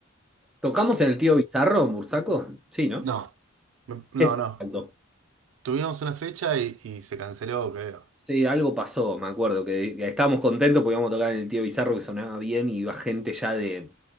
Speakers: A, in the centre; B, on the right.
A: ¿Tocamos en el Tío Bizarro, en Bursaco? Sí, ¿no?
B: No, me- no,
A: Ese,
B: no.
A: exacto.
B: Tuvimos una fecha y, y se canceló, creo.
A: Sí, algo pasó, me acuerdo, que, que estábamos contentos porque íbamos a tocar en el Tío Bizarro que sonaba bien y iba gente ya de